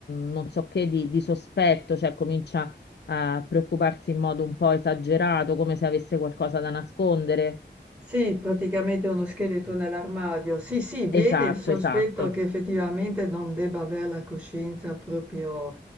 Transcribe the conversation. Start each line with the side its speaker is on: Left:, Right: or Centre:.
Left: un non so che di, di sospetto, cioè comincia a preoccuparsi in modo un po' esagerato, come se avesse qualcosa da nascondere.
Right: Sì, praticamente uno scheletro nell'armadio. Sì, sì, viene
Left: Esatto,
Right: il sospetto
Left: esatto.
Right: che effettivamente non debba avere la coscienza proprio